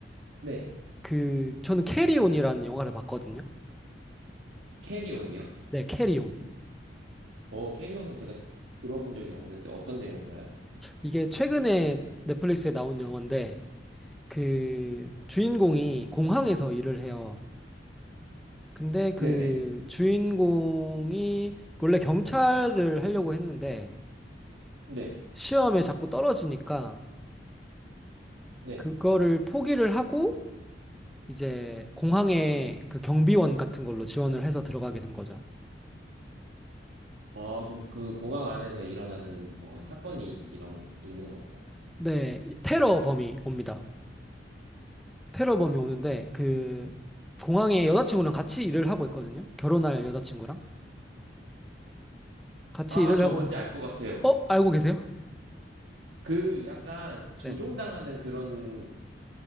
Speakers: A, on the right; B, in the centre.
A: 네.
B: 그, 저는 캐리온이라는 영화를 봤거든요.
A: 캐리온이요?
B: 네, 캐리온.
A: 어, 캐리온은 제가 들어본 적이 없는데 어떤 내용인가요?
B: 이게 최근에 넷플릭스에 나온 영화인데, 그, 주인공이 공항에서 일을 해요. 근데 그
A: 네네.
B: 주인공이 원래 경찰을 하려고 했는데,
A: 네,
B: 시험에 자꾸 떨어지니까,
A: 네.
B: 그거를 포기를 하고, 이제 공항에 그 경비원 같은 걸로 지원을 해서 들어가게 된 거죠.
A: 아, 그럼 그 공항 안에서 일어나는 뭐 사건이 이런, 있는 건가요?
B: 네, 테러 범이 옵니다. 테러범이 오는데 그 공항에 여자친구랑 같이 일을 하고 있거든요. 결혼할 여자친구랑 같이
A: 아,
B: 일을
A: 저
B: 하고
A: 뭔지
B: 있는데
A: 알 것 같아요.
B: 어? 알고 계세요?
A: 그 약간 조종당하는
B: 네.
A: 그런,